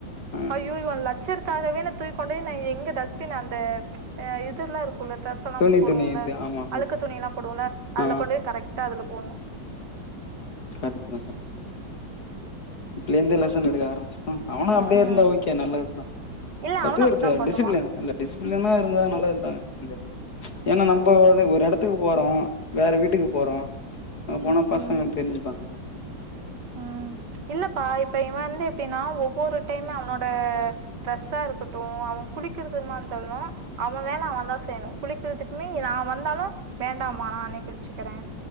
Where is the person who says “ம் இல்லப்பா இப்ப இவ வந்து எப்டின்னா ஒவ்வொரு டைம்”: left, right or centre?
Right